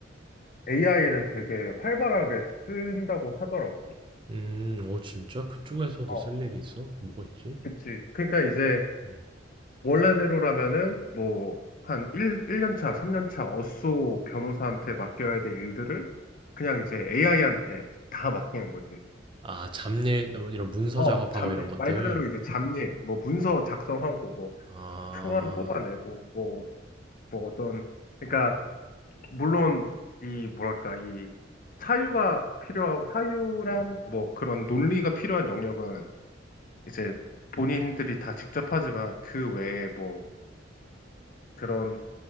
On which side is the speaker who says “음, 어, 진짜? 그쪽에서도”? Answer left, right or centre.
Right